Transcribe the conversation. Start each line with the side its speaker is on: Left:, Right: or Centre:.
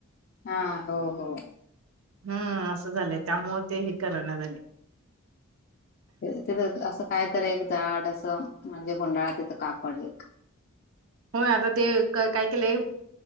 Left: हा हो हो.
Right: हम्म असं झालंय त्यामुळे ते हे करना झाल्या.
Left: तिथं असं काय तर एक जाड असं म्हणजे गुंडाळा तिथं कापड एक.
Right: होय आता ते काय केलंय --